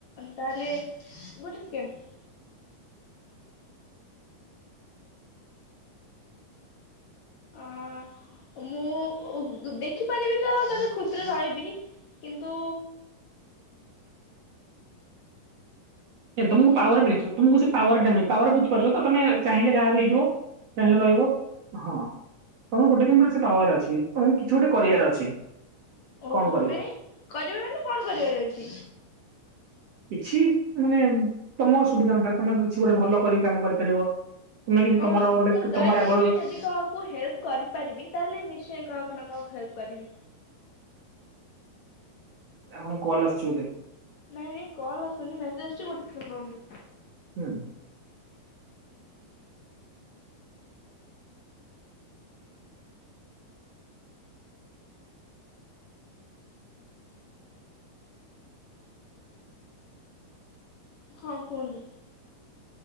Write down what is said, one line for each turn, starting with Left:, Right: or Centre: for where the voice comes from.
Left: ତାହେଲେ ଗୋଟେ ସେକେଣ୍ଡ
Right: <inaudible>
Left: ଅ ମୁଁ। ଓ ଦେଖିପାରିବି ତ ତାହେଲେ ଖୁସିରେ ରହିବି କିନ୍ତୁ
Right: ତମକୁ
Left: ଉଁ
Right: ପାୱାର ମିଳିଯିବ ତମକୁ ସେ ପାୱାର ଟା ମିଳି ପାୱାର ବୁଝିପାରୁଚ ତ ତମେ ଚାହିଁଲେ ଗାୟବ ହେଇଯିବ। <unintelligible>
Left: ଆଜ୍ଞା
Right: ରହିବ ହଁ। ତମକୁ ଗୋଟେ ଦିନ୍ ପୁରା ସେ ପାୱାର ଅଛି ତମକୁ କିଛି ଗୋଟେ କରିବାର ଅଛି।
Left: ଓ
Right: କଣ କରିବ
Left: ମାନେ କରିବାର ମାନେ କଣ କରିବାର ଅଛି?
Right: କିଛି ମାନେ ତମ ସୁୁବିଧା ଅନୁସାରେ ତମେ କିଛି ଗୋଟେ ଭଲ କରିକି କାମ କରିପାରିବ। ତମେ କିଛି
Left: ଓ
Right: ତମର ଗୋଟେ
Left: ମୁଁ ଗାୟବେ
Right: ତମର ଆଗ
Left: ହେଇକି ବି ଯଦି କାହାକୁ ହେଲ୍ପ୍ କରିପାରିବି ତାହେଲେ ନିଶ୍ଚୟ କାହାକୁ ନା କାହାକୁ ହେଲ୍ପ୍ କରିବି।
Right: ଆପଣଙ୍କ କଲ୍ ଆସୁଚି ବୋଧେ?
Left: ନାଇଁ ନାଇଁ କଲ ଆସୁନି ମେସେଜ୍ <unintelligible>
Right: ହୁଁ।
Left: ହଁ କୁହନ୍ତୁ।